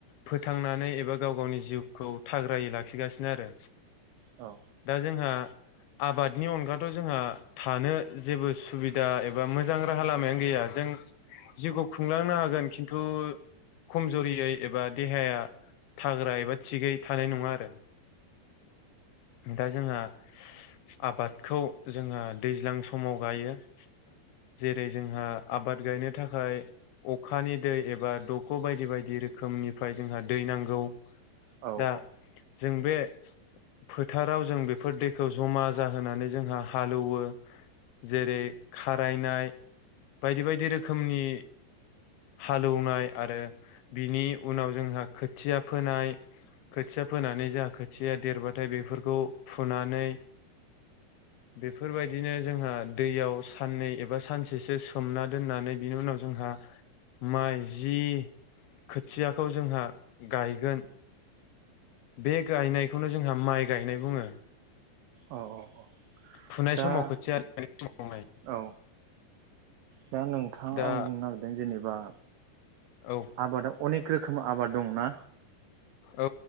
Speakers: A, on the left; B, on the right.
A: फोथांनानै एबा गाव गावनि जिउखौ थाग्रायै लाखिगासिनो आरो।
B: औ
A: दा जोंहा आबादनि अनगाथ' जोंहा थानो जेबो सुबिदा एबा मोजां राहा लामायानो गैया जों जिउखौ खुंलांनो हागोन खिन्थु खमज'रियै एबा देहाया थाग्रा एबा थिगै थानाय नङा आरो दा जोंहा आबादखौ जोंहा दैज्लां समाव गायो। जेरै जोंहा आबाद गायनो थाखा फ्राय अखानि दै एबा दग' बायदि बायदि रोखोमनिफ्राय जोंहा दै नांगौ।
B: औ
A: दा
B: औ।
A: जों बे फोथाराव जों बेफोर दैखौ जमा जाहोनानै जोंहा हालौवो जेरै खारायनाय बायदि बायदि रोखो खोमनि हालौनाय आरो बिनि उनाव जोंहा खोथिया फोनाय खोथिया फोनानै जा खो थिया देरबाथाय बेफोरखौ फुनानै बेफोरबायदिनो जोंहा दैयाव साननै एबा सानसेसो सोमना दोननानै बिनि उनाव जोंहा माइ जि खोथियाखौ जोंहा गायगोन बे गायनायखौनो जोंहा माइ गायनाय बुङो।
B: औ औ औ
A: फुनाय
B: दा
A: समाव खोथिया मावनाय
B: औ। दा नोंथां
A: दा
B: आं बुंनो नागोरदों जेनेबा
A: औ
B: आबादा अनेक रोखोम आबाद दं ना?
A: औ